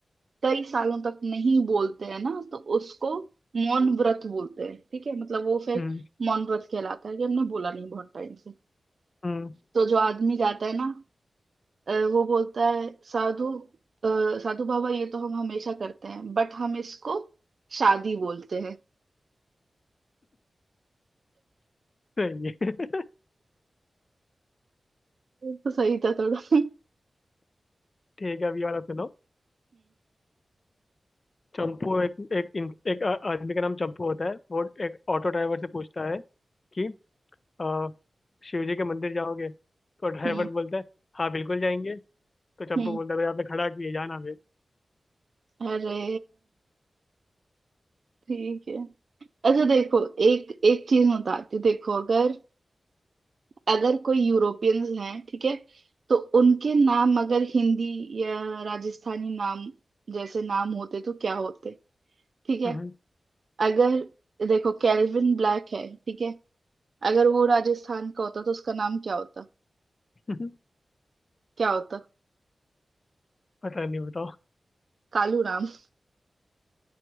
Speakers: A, on the right; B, on the left.
A: कई सालों तक नहीं बोलते हैं ना तो उसको मौन व्रत बोलते हैं ठीक है मतलब वो फिर
B: हम्म
A: मौन व्रत कहलाता है कि हमने बोला नहीं बहुत टाइम से
B: हम्म
A: तो जो आदमी जाता है ना अ, वो बोलता है साधु अ, साधु बाबा ये तो हम हमेशा करते हैं बट हम इसको शादी बोलते हैं
B: सही है <laughs>
A: ये तो सही था थोड़ा हम्म
B: ठीक है अब ये वाला सुनो चंपू एक एक एक आदमी का नाम चंपू होता है वो एक ऑटो ड्राइवर से पूछता है कि अ, शिव जी के मंदिर जाओगे तो ड्राइवर
A: हम्म
B: बोलता है हाँ बिल्कुल जाएंगे तो चंपू
A: हम्म
B: बोलता है "भाई, आपने खड़ा किए जाना फिर
A: अरे ठीक है अच्छा देखो एक एक चीज मैं बताती हूँ देखो अगर अगर कोई यूरोपियंस हैं ठीक है तो उनके नाम अगर हिंदी या राजस्थानी नाम जैसे नाम होते तो क्या होते ठीक है
B: हम्म,
A: अगर देखो कैल्विन ब्लैक है ठीक है अगर वो राजस्थान का होता तो उसका नाम क्या होता
B: <laughs>
A: क्या होता
B: पता नहीं बताओ
A: कालू राम <laughs>